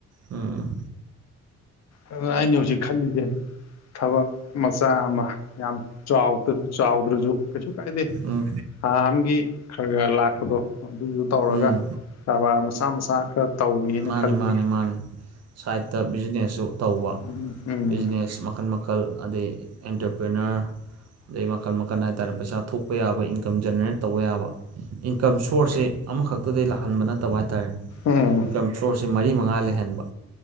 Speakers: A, on the right (about 55°); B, on the left (about 60°).
A: ꯎꯝ
B: ꯑꯗꯨꯅ ꯑꯩꯅ ꯍꯧꯖꯤꯛ ꯈꯜꯂꯤꯁꯦ ꯊꯕꯛ ꯃꯆꯥ ꯑꯃ ꯌꯥꯝ ꯆꯥꯎꯗ ꯆꯥꯎꯗ꯭ꯔꯁꯨ ꯀꯩꯁꯨ ꯀꯥꯏꯗꯦ
A: ꯎꯝ
B: ꯊꯥ ꯑꯃꯒꯤ ꯈꯔ ꯈꯔ ꯂꯥꯛꯄꯗꯣ ꯑꯗꯨꯗꯨ ꯇꯧꯔꯒ
A: ꯎꯝ
B: ꯀꯥꯕꯥꯔ ꯃꯆꯥ ꯃꯆꯥ ꯈꯔ ꯇꯧꯒꯦꯅ
A: ꯃꯥꯅꯤ
B: ꯈꯜꯂꯤꯌꯦ
A: ꯃꯥꯅꯤ ꯃꯥꯅꯤ ꯁꯥꯏꯠꯇ ꯕꯤꯖꯤꯅꯦꯁꯁꯨ ꯇꯧꯕ
B: ꯎꯝ ꯎꯝ
A: ꯕꯤꯖꯤꯅꯦꯁ ꯃꯈꯜ ꯃꯈꯜ ꯑꯗꯩ ꯑꯦꯟꯇꯔꯄ꯭ꯔꯤꯅꯔ ꯑꯗꯩ ꯃꯈꯟ ꯃꯈꯟ ꯍꯥꯏꯇꯥꯔꯦ ꯄꯩꯁꯥ ꯊꯣꯛꯄ ꯌꯥꯕ ꯏꯟꯀꯝ ꯖꯦꯅꯦꯔꯦꯠ ꯇꯧꯕ ꯌꯥꯕ ꯏꯟꯀꯝ ꯁꯣꯔꯁꯁꯦ ꯑꯃꯈꯛꯇꯗꯩ ꯂꯥꯛꯍꯟꯕ ꯅꯠꯇꯕ ꯍꯥꯏꯇꯥꯥꯔꯦꯅꯦ
B: ꯑ ꯎꯝ
A: ꯏꯟꯀꯝ ꯁꯣꯔꯁꯁꯦ ꯃꯔꯤ ꯃꯉꯥ ꯂꯩꯍꯟꯕ